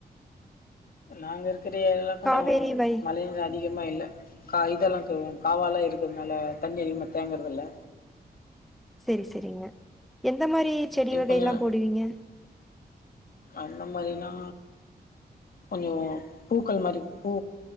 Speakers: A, on the left (about 60°); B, in the centre.
A: நாங்க இருக்குற ஏரியால்லாம் கொஞ்சோ
B: காவேரி வை
A: மழைகள் அதிக திகமா இல்ல கா இதெல்லா கவ்வூ காவாலாம் இருக்குறதுனால தண்ணி அதிகமாக தேங்குறதில்ல
B: சேரி சேரிங்க எந்த மாரி செடி
A: இப்போ
B: வகையெல்லாம்
A: கொஞ்சம்
B: போடுவீங்க
A: அந்த மாரிலா கொஞ்சம் பூக்கள் மாரி பூ